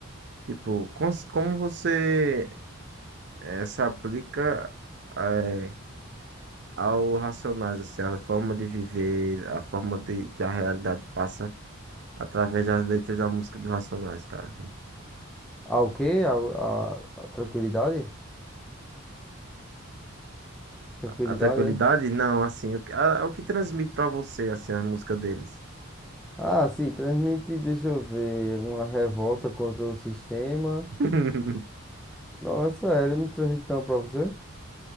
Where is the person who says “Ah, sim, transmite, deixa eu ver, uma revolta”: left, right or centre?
Centre